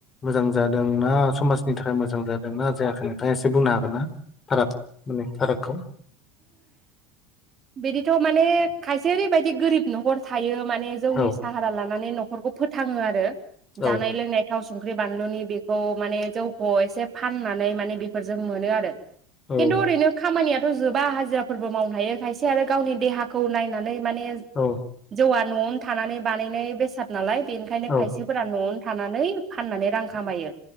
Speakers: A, on the left; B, on the right.
A: मोजां जादों ना समाजनि थाखाय मोज मोजां जादोंना जायाखै नोंथाङा एसे बुंनो हागोन ना भाराग माने भारागखौ‌
B: बिदिथ' माने खायसे ओरैबायदि गोरिब न'खर थायो। माने जौनि
A: औ
B: साहारा लानानै न'खरखौ फोथांओ आरो
A: औ
B: जानाय लोंनायफोरखौ थाव सं संख्रि बानलुनि बेखौ माने जौखौ एसे फाननानै मानि बे फोरजों मोनो आरो
A: औ
B: खिन्थु ओैनो खामानियाथ' जोबा हाजिराफोरबो मावनो हायो खायसे आरो गावनि देहाखौ नायनानै माने
A: औ
B: जौआ। न'आवनो थानानै बानायनाय बेसाद नालाय बेनिखायनो
A: औ
B: खायसेफोरा न'आवनो थानानै फाननानै रां खामायो